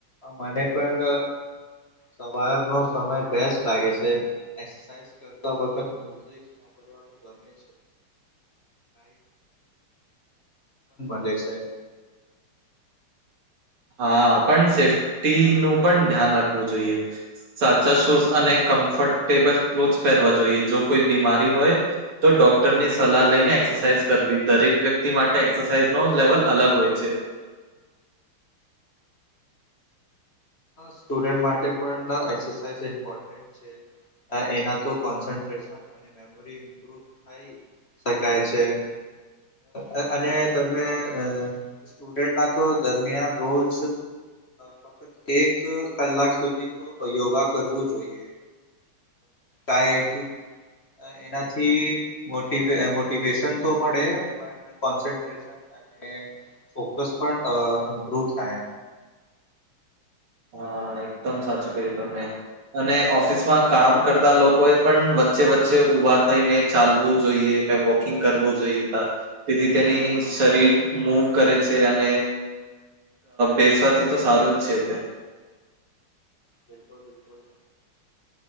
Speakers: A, on the left; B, on the right.
A: મને પણ સવારનો સમય બે લાગે છે કર વખ સાભડવાનુ ગમે. મને છે.
B: હા પણ સેફ્ટી નું પણ ધ્યાન રાખવું જોઈએ સાચા શૂઝ અને કમ્ફર્ટેબલ ક્લોથ પહેરવા જોઈએ જો કોઈ બીમારી હોય તો ડોક્ટર ની સલાહ લઈને એક્સરસાઇઝ કરવી દરેક વ્યક્તિ માટે એક્સરસાઇઝ નો લેવલ અલગ હોય છે.
A: સ્ટુડન્ટ માટે પણ એક્સરસાઇઝ ઇમ્પોર્ટન્ટ છે. એના તો કોન્સ્રેશન અને મેમોરી ઇમ્પ્રુવ થાય શકાય છે અ અને તમે અ સ્ટુડન્ટ ના તો દરમિયાન રોજ ફક્ત એક કલાક સુધી તો યોગા કરવું જોઈએ. અય ક્યુ, એનાથી મો મોટિવેશન તો મળે પણ કોન્સન્ટ્રેશન અને ફોકસ પણ ઇમ્પ્રુવ થાય.
B: હા એકદમ સાચું ક્યું તમને અને ઓફિસ માં કામ કરતા લોકો એ પણ વચ્ચે વચ્ચે ઉઊભા થઈને ચાલવું જોઈએ. વોકિંગ કરવું જોઈએ તેથી તેની શરીર મૂવ કરે છે અને બેસવાથી તો સારું જ છે તે-'
A: બિલકુલ બિલકુલ